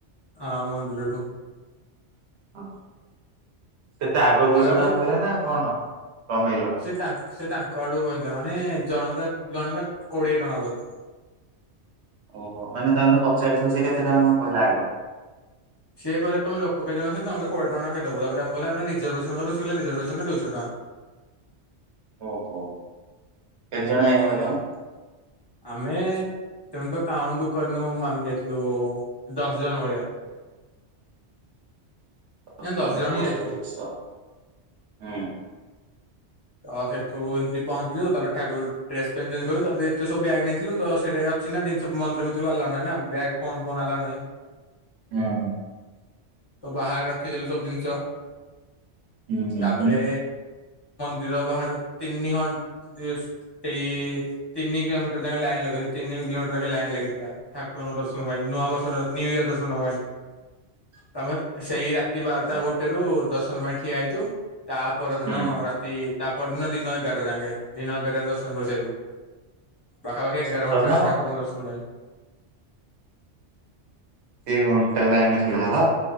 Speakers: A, on the left (about 30°); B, on the right (about 65°).
A: ହଁ ମନ୍ଦିରଠୁ
B: ହଁ। କେତେ ଆଗ
A: କହିବାକୁ
B: ଦୁଇଶହ
A: ଗଲେ
B: ଟଙ୍କା କହିଲା ନା କଣ? କମେଇଲ
A: ସେ ତା ସେ ତାଙ୍କ ଆଡୁ କହିଲା ମାନେ ଜଣକା ଜଣକା କୋଡିଏ ଟଙ୍କା ବୋ
B: ଓହୋ ମାନେ ତାଙ୍କେ ତେ ପଚାରିଥିବ ସେ କେତେ ଟଙ୍କା ମ କହିଲା ଆଗ?
A: ସିଏ କହିଲା ତମେ ଲୋକ କେେ ଜଣଛନ୍ତି ତମେ କୋଡି ଟଙ୍କା ଦବ ତାପ ଆମେ କହିଲେ ଆେ ରିଜର୍ଭେସନ କରୁ କିଲେ ରିଜର୍ଭେସନରେ ଦୁଇଶହ ଟଙ୍କା।
B: ଓହୋ। କେତେ ଜଣ
A: ତ
B: ଯାଇଥିଲ
A: ସେ
B: ତମେ
A: ଆମେ ସେମିତି ତ କାଉଣ୍ଟ କରିନୁ ଆମେ ଯାଇଥିଲୁ ଦଶ ଜଣ ଭଳିଆ।
B: <inaudible>
A: ନା ଦଶ ଜଣ ହିଁ ଯାଇଥିଲୁ।
B: ହୁଁ।
A: ତ ସେଠୁ ଏମିତି ପହଞ୍ଚିଲୁ ତାପରେ ଠାକୁର ଡ୍ରେସ୍ ପେନ୍ ଚେଞ୍ଜ କଲୁ ତାପରେ ଏତେ ସବୁ ବ୍ୟାଗ ନେଇଥିଲୁ ତ ସେଇଟା ଅଛି ନା ଜିନି ସୁ ମନ୍ଦିର ଭିତରୁ ଆଲଉୁହିଁ ବ୍ୟାଗ୍ ଫୋ ଫୋନ୍ ଆଲାଓ ନାହିଁ।
B: ହୁଁ ହ।
A: ତ ବାହାରେ ରଖିଦେଲୁ ସବୁ ଜିନିଷ
B: ହୁଁ ହୁଁ
A: ତାପରେ
B: ହୁଁ
A: ଦର ବାହାରୁ ତିନି ଘଣ୍ଟା ସେଇ ତିନି କିଲୋମିଟର ଯାକେ ଲାଇନ୍ ଲଗେଇ ତିନି କିଲୋମିଟର ଯ ଲାଇନ୍ ଲାଗିଥିଲା ଠାକୁରଙ୍କ ଦର୍ଶନ ପାଇଁ। ନୂଆ ବର୍ଷ ନିନ୍ୟୁ ଇୟର ଦର୍ଶନ ପାଇଁ ତାମ ସେଇ ରାତି ବାରଟା
B: ହୁଁ
A: ଗୋଟେ ର ଦର୍ଶନ ପାଇଁ ଠିଆ ହେଇଛୁ ତା ପର ଦିନ
B: ହୁଁ।
A: ରା ତା ପରଦିନ ଦିନ ଏଗାର ଯାଙ୍ଗେ। ଦିନ ଏଗାରଟାରେ ଦର୍ଶନ କରିସାରିଲୁ ପାଖାପାଖି ଏଗାର
B: ସତରେ
A: ଘଣ୍ଟା
B: ନା କଣ
A: ଠାକୁରଙ୍କ ଦର୍ଶନ ପାଇଁ।
B: ଏତେ ଘଣ୍ଟା
A: ତାପରେ
B: ଲାଇନ୍ ରେ ଛିଡା଼ହେଲ?